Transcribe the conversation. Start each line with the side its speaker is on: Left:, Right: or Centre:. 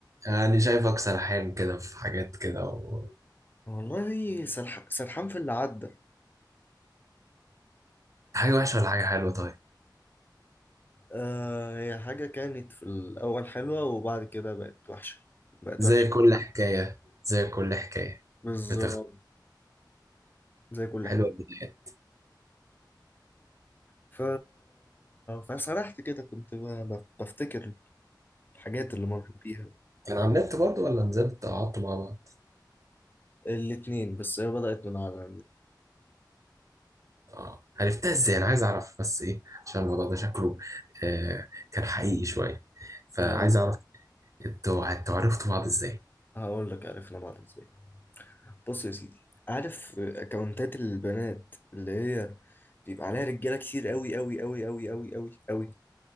Right: يعني شايفك سرحان كده في حاجات كده و...
Left: والله سرح... سرحان في اللي عدى
Right: حاجة وحشة ولا حاجة حلوة طيب
Left: آه هي حاجة كانت في الأول حلوة وبعد كده بقت وحشة بقت
Right: زي
Left: وحشة
Right: كل حكاية زي كل حكاية
Left: بالظبط
Right: بتخ
Left: زي كل
Right: حلوة
Left: حاجة
Right: البداية
Left: ف... فسرحت كده كنت ب... ب- بفتكر الحاجات اللي مريت بيها
Right: كان على النت برضه ولا نزلت قعدتوا مع بعض
Left: الاتنين بس هي بدأت من على
Right: اه عرفتها ازاي انا عايز اعرف بس ايه عشان الموضوع ده شكله آه كان حقيقي شوية فعايز
Left: النت
Right: اعرف انتوا انتوا عرفتوا بعض ازاي
Left: هقول لك عرفنا بعض ازاي بص يا سيدي عارف اكونتات البنات اللي هي بيبقى عليها رجاله كتير قوي قوي قوي قوي قوي قوي قوي